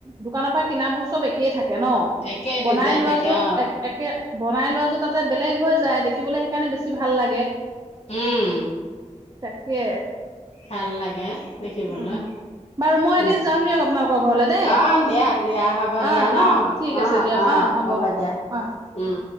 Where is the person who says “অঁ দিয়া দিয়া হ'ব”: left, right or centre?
Left